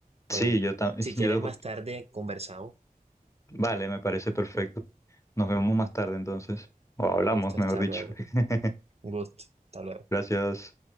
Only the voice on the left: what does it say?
sí,
yo también,
<laughs> yo,
vale, me parece perfecto. Nos vemos más tarde entonces, o hablamos,
mejor
dicho.
<laughs>
Gracias.